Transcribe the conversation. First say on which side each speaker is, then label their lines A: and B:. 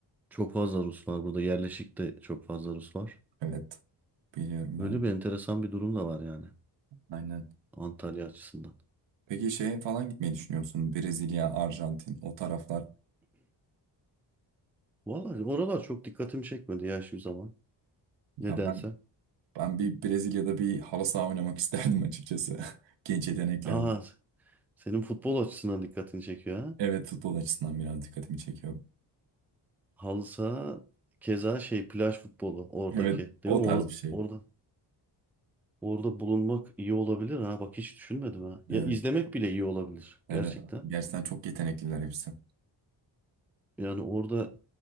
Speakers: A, in the centre; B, on the right.
A: çok fazla Rus var burada. Yerleşik de çok fazla Rus var.
B: Evet. Biliyorum ben.
A: Öyle bir
B: de.
A: enteresan bir durum da var yani
B: Aynen.
A: Antalya açısından.
B: Peki şeye falan gitmeyi düşünüyor musun? Brezilya, Arjantin, o taraflar.
A: Vallahi oralar çok dikkatimi çekmedi ya şu zaman. Nedense.
B: Ya ben ben bir Brezilya'da bir halı saha oynamak isterdim açıkçası. <laughs> Genç yeteneklerle.
A: Ha, senin futbol açısından dikkatini çekiyor ha.
B: Evet, futbol açısından biraz dikkatimi çekiyor.
A: Halı saha keza şey plaj futbolu oradaki
B: Evet,
A: değil
B: o
A: mi? Or-
B: tarz bir şey.
A: orada orada bulunmak iyi olabilir ha. Bak hiç düşünmedim ha. Ya
B: Evet,
A: izlemek bile iyi olabilir
B: evet.
A: gerçekten.
B: Gerçekten çok yetenekliler hepsi.
A: Yani orada